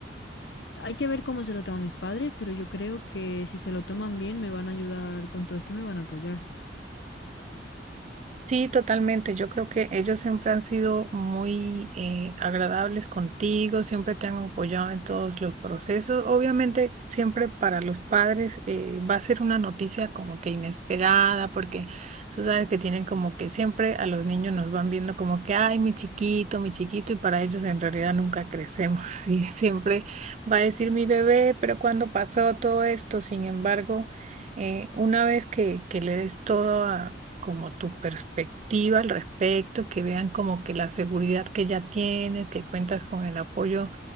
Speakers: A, on the left; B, on the right.
A: hay que ver cómo se lo toman mis padres, pero yo creo que si se lo toman bien, me van a ayudar con todo esto y me van a apoyar.
B: Sí, totalmente. Yo creo que ellos siempre han sido muy eh, agradables contigo, siempre te han apoyado en todos los procesos. Obviamente, siempre para los padres eh, va a ser una noticia como que inesperada, porque tú sabes que tienen como que siempre a los niños nos van viendo como que, ay, mi chiquito, mi chiquito, y para ellos en realidad nunca crecemos. <laughs> Y siempre va a decir mi bebé, pero cuando pasó todo esto, sin embargo... eh, una vez que, que le des todo como tu perspectiva al respecto, que vean como que la seguridad que ya tienes, que cuentas con el apoyo